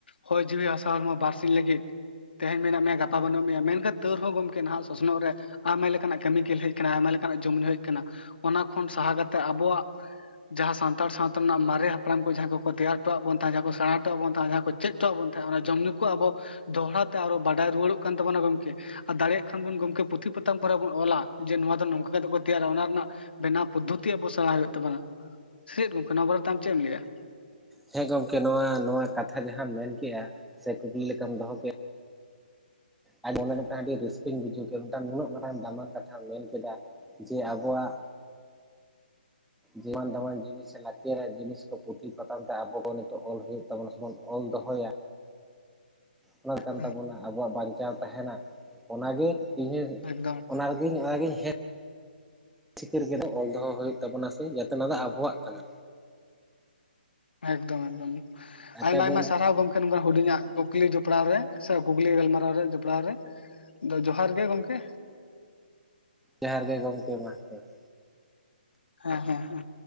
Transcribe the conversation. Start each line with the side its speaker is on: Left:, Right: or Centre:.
Left: ᱦᱚᱭ ᱡᱤᱣᱤ ᱦᱟᱥᱟ ᱦᱚᱲᱢᱚ ᱵᱟᱨᱥᱤᱧ ᱞᱟᱹᱜᱤᱫ ᱛᱮᱦᱮᱧ ᱢᱮᱱᱟᱜ ᱢᱮᱭᱟ ᱜᱟᱯᱟ ᱵᱟᱹᱱᱩᱜ ᱢᱮᱭᱟ ᱢᱮᱱᱠᱷᱟᱱ ᱛᱟᱹᱣ ᱨᱮ ᱦᱚᱸ ᱜᱚᱢᱠᱮ ᱱᱟᱦᱟᱜ ᱥᱚᱥᱱᱚᱜ ᱨᱮ ᱟᱭᱢᱟ ᱞᱮᱠᱟᱱᱟᱜ ᱠᱮᱢᱤᱠᱮᱞ ᱦᱮᱡ ᱟᱠᱟᱱᱟ ᱟᱭᱢᱟ ᱞᱮᱠᱟᱱᱟᱜ ᱡᱚᱢ ᱧᱩ ᱦᱮᱡ ᱠᱟᱱᱟ ᱚᱱᱟ ᱠᱷᱚᱱ ᱥᱟᱦᱟ ᱠᱟᱛᱮ ᱟᱵᱚᱣᱟᱜ
Centre: ᱦ <inaudible>
Left: ᱡᱟᱦᱟᱸ ᱥᱟᱱᱛᱟᱲ ᱥᱟᱶᱛᱟ ᱨᱮᱱᱟᱜ, ᱢᱟᱨᱮ ᱦᱟᱯᱲᱟᱢ ᱠᱚ ᱡᱟᱦᱟᱸ ᱠᱚ ᱛᱮᱭᱟᱨ ᱦᱚᱴᱚᱣᱟᱜ ᱵᱚᱱ ᱛᱟᱦᱮᱸ, ᱡᱟᱦᱟᱸ ᱠᱚ ᱥᱮᱬᱟ ᱦᱚᱴᱚᱣᱟᱜ ᱵᱚᱱ ᱛᱟᱦᱮᱸ ᱡᱟᱦᱟᱸ, ᱪᱮᱫ ᱴᱚᱣᱟᱜ ᱵᱚᱱ ᱛᱟᱦᱮᱸᱜᱼᱟ ᱚᱱᱟ ᱡᱚᱢ ᱧᱩ ᱠᱚ ᱟᱵᱚ ᱫᱚᱦᱲᱟ ᱛᱮ ᱟᱨᱚ ᱵᱟᱰᱟᱭ ᱨᱩᱣᱟᱹᱲᱚᱜ ᱠᱟᱱ ᱛᱟᱵᱚᱱᱟ ᱜᱚᱢᱠᱮ ᱟᱨ ᱫᱟᱲᱮᱭᱟᱜ ᱠᱷᱟᱱ ᱵᱚᱱ ᱜᱚᱢᱠᱮ ᱯᱩᱛᱷᱤ ᱯᱟᱛᱟᱢ ᱠᱚᱨᱮ ᱵᱚᱱ ᱚᱞᱟ ᱡᱮ ᱱᱚᱣᱟ ᱫᱚ ᱱᱚᱝᱠᱟ ᱠᱟᱛᱮᱫ ᱠᱚ ᱛᱮᱭᱟᱨᱟ ᱚᱱᱟ ᱨᱮᱱᱟᱜ ᱵᱮᱱᱟᱣ ᱯᱚᱫᱽᱫᱷᱚᱛᱤ ᱟᱵᱚ ᱥᱮᱬᱟ ᱦᱩᱭᱩᱜ ᱛᱟᱵᱚᱱᱟ ᱪᱮᱫ ᱜᱚᱢᱠᱮ ᱱᱚᱣᱟ ᱵᱟᱨᱛᱮ ᱟᱢ ᱪᱮᱫ ᱮᱢ ᱞᱟᱹᱭᱟ
Centre: ᱦᱮᱸ ᱜᱚᱢᱠᱮ ᱱᱚᱣᱟ ᱱᱚᱣᱟ ᱠᱟᱛᱷᱟ ᱡᱟᱦᱟᱸᱢ ᱢᱮᱱ ᱠᱮᱫᱮᱜᱼᱟ ᱥᱮ ᱠᱩᱠᱞᱤ ᱞᱮᱠᱟᱢ ᱫᱚᱦᱚ ᱠᱮᱫᱼᱟ ᱟᱨ ᱢᱚᱱᱮ ᱢᱤᱫᱴᱟᱝ ᱟᱹᱰᱤ ᱨᱟᱹᱥᱠᱟᱹᱧ ᱵᱩᱡᱷᱟᱹᱣ ᱠᱮᱫᱟ ᱢᱤᱫᱴᱟᱝ ᱱᱩᱱᱟᱹᱜ ᱢᱟᱨᱟᱝ ᱫᱟᱢᱟᱱ ᱠᱟᱛᱷᱟᱢ ᱢᱮᱱ ᱠᱮᱫᱟ ᱡᱮ ᱟᱵᱚᱣᱟᱜ ᱡᱮᱢ ᱫᱟᱢᱟᱱ ᱡᱤᱱᱤᱥ ᱥᱮ ᱞᱟᱹᱠᱛᱤᱭᱟᱜ ᱨᱮ ᱡᱤᱱᱤᱥ ᱠᱚ ᱯᱩᱛᱷᱤ ᱯᱟᱛᱷᱟᱢ ᱛᱮ ᱟᱵᱚ ᱵᱚᱱ ᱱᱤᱛᱚᱜ ᱚᱞ ᱦᱩᱭᱩᱜ ᱛᱟᱵᱚᱱᱟ ᱥᱮᱵᱚᱱ ᱚᱞ ᱫᱚᱦᱚᱭᱟ ᱚᱱᱟ ᱠᱟᱱ
Left: ᱦᱮᱸ
Centre: ᱛᱟᱵᱚᱱᱟ ᱟᱵᱚᱣᱟᱜ ᱵᱟᱧᱪᱟᱣ ᱛᱟᱦᱮᱱᱟ ᱚᱱᱟᱜᱮ ᱤᱧ ᱦᱚᱸ
Left: ᱮᱠᱫᱚᱢ ᱮᱠᱫᱚᱢ
Centre: ᱚᱱᱟ ᱚᱱᱟᱜᱮᱧ ᱦᱮ ᱥᱤᱠᱟᱹᱨ ᱠᱮᱫᱟ ᱚᱞ ᱫᱚᱦᱚ ᱦᱩᱭᱩᱜ ᱛᱟᱵᱚᱱᱟ ᱥᱮ ᱡᱮ ᱫᱚ ᱟᱵᱚᱣᱟᱜ ᱠᱟᱱᱟ
Left: ᱮᱠᱫᱚᱢ ᱮᱠᱫᱚᱢ
Centre: ᱟᱪᱪᱷᱟ
Left: ᱟᱭᱢᱟ
Centre: ᱜᱚᱢᱠᱮ
Left: ᱟᱭᱢᱟ ᱥᱟᱨᱦᱟᱣ ᱜᱚᱝᱠᱮ ᱱᱚᱝᱠᱟᱱ ᱦᱩᱰᱤᱧᱟᱜ ᱠᱩᱠᱞᱤ ᱡᱚᱯᱲᱟᱣ ᱨᱮ ᱥᱮ ᱠᱩᱠᱞᱤ ᱜᱟᱞᱢᱟᱨᱟᱣ ᱨᱮ ᱡᱚᱯᱲᱟᱣ ᱨᱮ ᱟᱫᱚ ᱡᱚᱦᱟᱨ ᱜᱮ ᱜᱚᱝᱠᱮ
Centre: ᱡᱚᱦᱟᱨ ᱜᱮ ᱜᱚᱢᱠᱮ ᱢᱟ ᱛᱚᱵᱮ
Left: ᱦᱮᱸ ᱦᱮᱸ ᱦᱮᱸ